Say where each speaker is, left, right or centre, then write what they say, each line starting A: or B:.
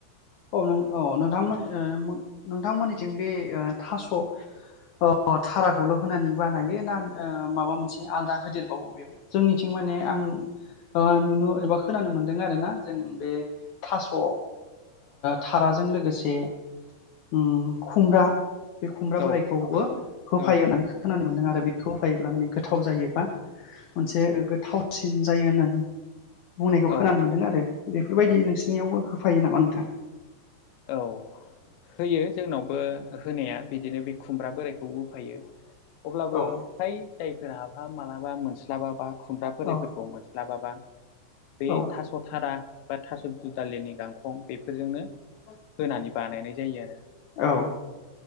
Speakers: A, on the left; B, on the left.
A: औ नों अ नोंथांमोन नोंथांमोननिथिं बे थास' अ धाराखौल' होनानै बानायो ना माबा मोनसे आलदा होदेरबावो बेयाव? जोंनिथिं माने आं ओ नुनो एबा खोनानो मोन्दों आरो ना जों बे थास' ओ थाराजों लोगोसे उम खुंग्रा बे खुमब्रा
B: औ
A: बोरायखौबो होफायो
B: औ
A: होननानै खोनानो मोनदों आरो बेखौ होफायोब्ला माने गोथाव जायोबा मोनसे गोथावसिन जायो होननानै। बुंनायखौ खोनानो
B: औ
A: मोन्दों आरो बेफोरबायदि
B: औ
A: नोंसिनियावबो होफायो नामा नोंथां?
B: औ होयो जोंनावबो। होनाया बिदिनो बे खुमब्रा बोराइखौ होफायो अब्लाबो
A: औ
B: फ्राय जायफोरा मालाबा मोनस्लाबाबा खुमब्रा बोरायफोरखौ
A: औ
B: मोनस्लाबाबा बे
A: औ
B: थास थारा बा थास' दुदालिनि गांखं बेफोरजोंनो
A: औ
B: होनानै बानायनाय जायो आरो
A: औ